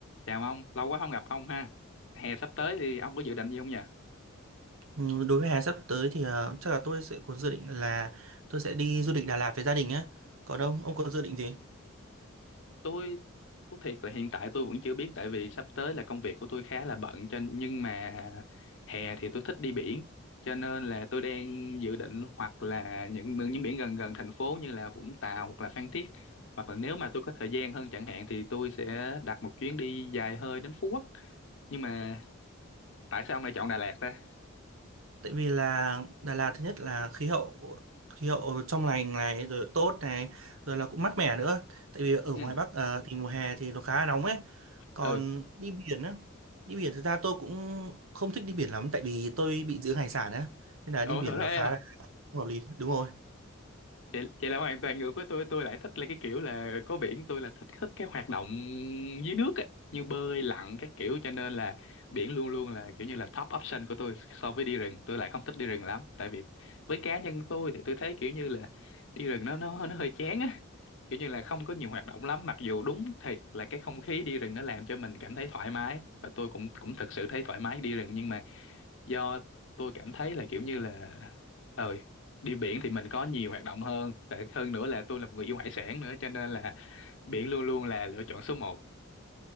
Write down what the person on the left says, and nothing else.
Chào ông, lâu quá không gặp ông ha. Hè sắp tới thì ông có dự định gì không nhỉ?
Tôi thú thiệt là hiện tại tôi vẫn chưa biết tại vì sắp tới là công việc của tôi khá là bận cho nhưng mà hè thì tôi thích đi biển cho nên là tôi đang dự định hoặc là những những biển gần gần thành phố như là Vũng Tàu hoặc là Phan Thiết hoặc là nếu mà tôi có thời gian hơn chẳng hạn thì tôi sẽ đặt một chuyến đi dài hơi đến Phú Quốc. Nhưng mà tại sao ông lại chọn Đà Lạt ta?
Ừ,
ừ,
ủa
thế
vậy, vậy là hoàn toàn ngược với tôi tôi lại thích là cái kiểu là có biển tôi là thích thích cái hoạt động dưới nước ấy, như bơi lặn các kiểu cho nên là biển luôn luôn là kiểu như là top option của tôi so với đi rừng tôi lại không thích đi rừng lắm tại vì với cá nhân tôi thì tôi thấy kiểu như là đi rừng nó nó nó hơi chán á kiểu như là không có nhiều hoạt động lắm mặc dù đúng thiệt là cái không khí đi rừng nó làm cho mình cảm thấy thoải mái và tôi cũng cũng thực sự thấy thoải mái đi rừng nhưng mà do tôi cảm thấy là kiểu như là ờ đi biển thì mình có nhiều hoạt động hơn tệ hơn nữa là tôi là một người yêu hải sản nữa cho nên là biển luôn luôn là lựa chọn số một